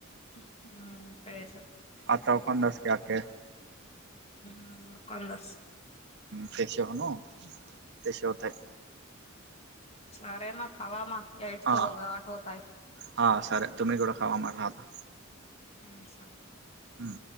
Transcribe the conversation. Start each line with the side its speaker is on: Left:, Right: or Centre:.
Left: हम्म सर सर.
Right: आता कोण दस क आे.
Left: हम्म कंदस.
Right: फश न तेशथक.
Left: सरेमा खामा याठ
Right: हा
Left: स आठवताय.
Right: हा सर तुम्ही गोड खावा म राहता.
Left: हम् सर.
Right: हम्म.